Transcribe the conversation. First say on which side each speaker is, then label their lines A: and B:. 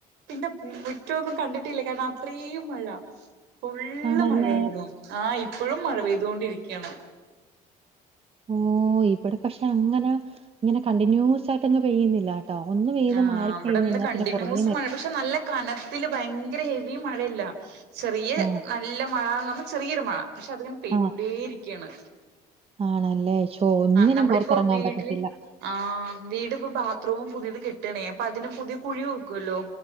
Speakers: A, on the right; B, on the right.
A: <inaudible> പിന്നെ മുറ്റൊന്നും കണ്ടിട്ടില്ല കാരണം അത്രേയും മഴ ഫുള്ള്
B: ആണല്ലേ.
A: മഴയായിരുന്നു ആഹ് ഇപ്പഴും മഴ പെയ്തോണ്ടിരിക്യാണ്
B: ഓ ഇവിടെ പക്ഷെ അങ്ങന ഇങ്ങനെ കണ്ടിന്യൂസ് ആയിട്ട് അങ്ങ് പെയ്യുന്നില്ല ട്ടോ ഒന്ന്‌ പെയ്ത്
A: ആഹ്
B: മാറിക്കഴിഞ്ഞഴിഞ
A: ഇവിടെ ഇന്ന് കണ്ടിന്യൂസ്
B: പിന്നെ കുറേ നേ
A: മഴ പക്ഷെ നല്ല കനത്തില് ഭയങ്കര ഹെവി മഴയില്ല ചെറിയ
B: ആഹ്
A: നല്ല മഴന്ന് പറഞ്ഞാ ചെറിയൊരു മഴ പക്ഷെ അതിങ്ങനെ പെയ്തോണ്ടേ
B: ആഹ്
A: ഇരിക്യാണ്
B: ആണല്ലേ ശ്ശോ ഒന്നിനും
A: നമ്മളിപ്പോ
B: പൊറത്തിറങ്ങാൻ
A: വീടില്
B: പറ്റത്തില്ല
A: ആഹ് വീടിപ്പൊ ബാത്റൂമും പുതിയത് കെട്ട് ആണേ അപ്പൊ അതിന് പുതിയ കുഴി നോക്കുല്ലോ